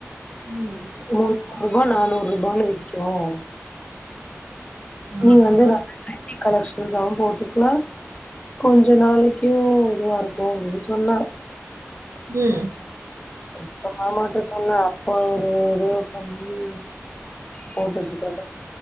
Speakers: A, on the right (about 85°); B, on the left (about 25°).
A: ம்
B: முன்னூறு ரூபா நானூறு ரூபான் விக்கும்
A: ஆ
B: நீ வந்து
A: ஆ
B: <inaudible> ட்ரெண்டி கலெக்ஷன்சாவு போட்டுக்லா கொஞ்ச நாளைக்கு இதுவா இருக்கு அப்டின்னு சொன்னா
A: ம்
B: அப்ப மாமாட்ட சொன்னே அப்போ ஒரு இது பண்ணி போட்டுட்ருக்காரு